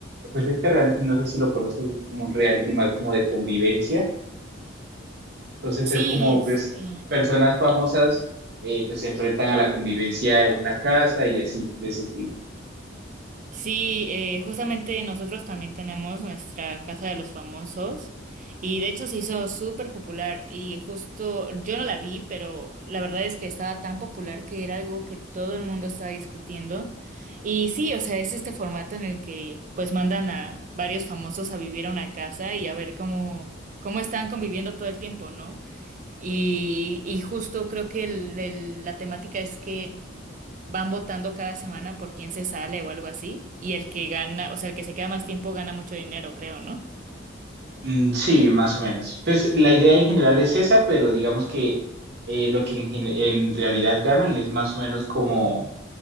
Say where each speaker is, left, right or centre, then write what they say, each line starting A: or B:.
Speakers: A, on the right; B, on the right.
A: Pues este reality, no sé si lo conoces, es como un reality más como de convivencia. Entonces
B: Sí,
A: es como
B: este.
A: pues personas famosas eh, pues se enfrentan a la convivencia en una casa y así, de ese estilo.
B: Sí, eh, justamente nosotros también tenemos nuestra Casa de los Famosos y de hecho se hizo súper popular y justo yo no la vi, pero la verdad es que estaba tan popular que era algo que todo el mundo estaba discutiendo. Y sí, o sea, es este formato en el que pues mandan a varios famosos a vivir a una casa y a ver cómo, cómo están conviviendo todo el tiempo, ¿no? Y, y justo creo que el- el- la temática es que van votando cada semana por quién se sale o algo así, y el que gana, o sea, el que se queda más tiempo gana mucho dinero, creo, ¿no?
A: Mm, sí, más o menos. Pues la idea en general es esa, pero digamos que eh, lo que en, gen- en realidad ganan es más o menos como,